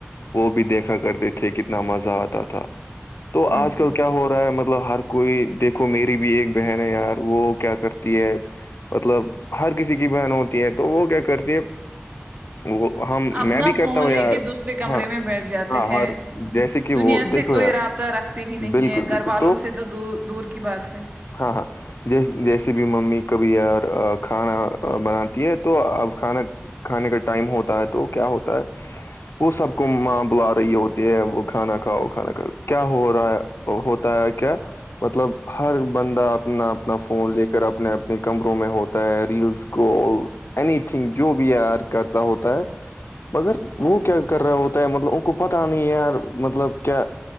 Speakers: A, on the left; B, on the right.
A: وہ بھی دیکھا کرتے تھے کتنا مزہ آتا تھا تو آج
B: ہ ہ
A: کل کیا ہو رہا ہے مطلب مطلب ہر کوئی دیکھو میری بھی ایک بہن ہے یار وہ کیا کرتی ہے مطلب ہر کسی کی بہن ہوتی ہے تو وہ کیا کرتی ہے وہ ہم
B: اپنا
A: میں بھی کرتا
B: فون
A: ہوں یار
B: لے کے دوسرے کمرے
A: ہاں
B: میں بیٹھ جاتے
A: ہاں
B: ہیں
A: ہر جیسے کہ
B: دنیا
A: وہ دیکھو
B: سے کوئی
A: یار
B: رابط رکھتے ہی نہیں
A: بالکل
B: ہے
A: بالکل
B: گھر والوں سے تو دور کی بات ہے
A: ہاں ہاں جیس جیسے بھی ممی کبھی یار کھانا بناتی ہے تو اب کھانا کھانے کا ٹائم ہوتا ہے تو کیا ہوتا ہے وہ سب کو ماں بلا رہی ہوتی ہے وہ کھانا کھاؤ وہ کھانا کھاؤ کیا ہو رہا ہے ہوتا ہے کیا مطلب ہر بندہ اپنا اپنا فون لے کر اپنے اپنے کمروں میں ہوتا ہے ریلس کوول اینی تھنگ جو بھی یار کرتا ہوتا ہے مگر وہ کیا کر رہا ہوتا ہے مطلب ان کو پتا نہیں ہے یار مطلب کیا